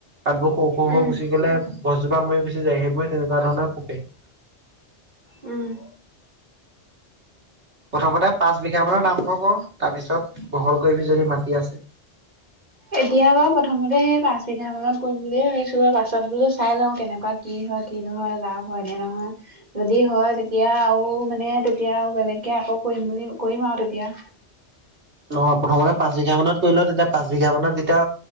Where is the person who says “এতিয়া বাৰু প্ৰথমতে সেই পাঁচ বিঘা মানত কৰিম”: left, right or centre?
Right